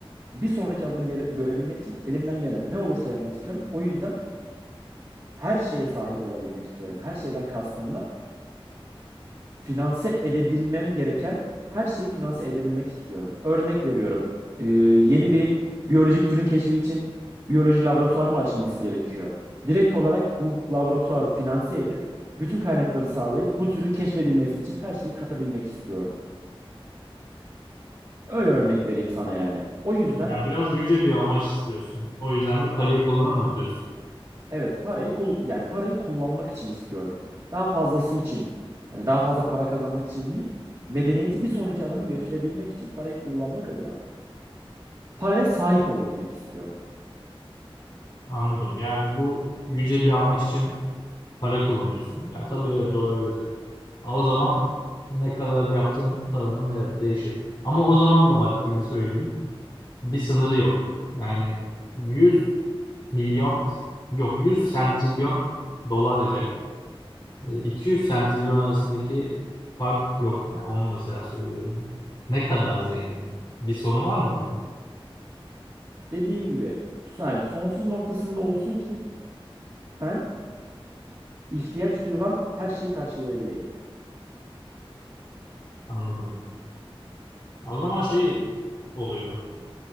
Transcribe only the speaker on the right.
bir sonraki adımı gele- görebilmek için elimden gelen ne olursa yapmak istiyorum. O yüzden her şeye sahip olabilmek istiyorum. Her şeyden kastımla finanse edebilmem gereken her şeyi finanse edebilmek istiyorum. Örnek veriyorum. e, yeni bir biyolojik türün keşfi için biyoloji laboratuvarı mı açılması gerekiyor? Direkt olarak bu laboratuvarı finanse edip bütün kaynakları sağlayıp bu türün keşfedilmesi için her şeyi katabilmek istiyorum. Öyle örnek vereyim sana yani. O yüzden
evet parayı kul yani parayı kullanmak için istiyorum. Daha fazlası için. Yani daha fazla para kazanmak için değil, medeniyeti bir sonraki adıma götürebilmek için parayı kullanmak adına paraya sahip olabilmek istiyorum.
Dediğim gibi yani sonsuz noktasında olsun ki ben ihtiyaç duyulan her şeyi karşılayabileyim.
Y-